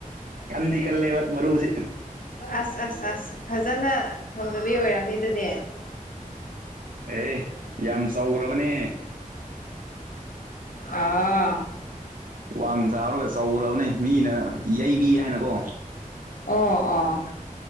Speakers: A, on the right (about 70°); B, on the left (about 75°).
A: ꯀꯟꯗꯤ ꯀꯜꯂꯦꯕ ꯃꯔꯨꯖꯤ
B: ꯑꯁ ꯑꯁ ꯑꯁ ꯐꯖꯅꯥ ꯊꯣꯡꯗꯕꯤ ꯑꯣꯏꯔꯝꯅꯤ ꯑꯗꯨꯗꯤ
A: ꯑꯦ ꯑꯦ ꯌꯥꯝ ꯆꯥꯎꯒ꯭ꯔꯕꯅꯦ
B: ꯑꯥ
A: ꯋꯥꯡ ꯆꯥꯎꯔꯒ ꯆꯧꯒ꯭ꯔꯕꯅꯦ ꯃꯤꯅ ꯌꯩꯕꯤ ꯍꯥꯏꯅꯀꯣ
B: ꯑꯣ ꯑꯣꯥ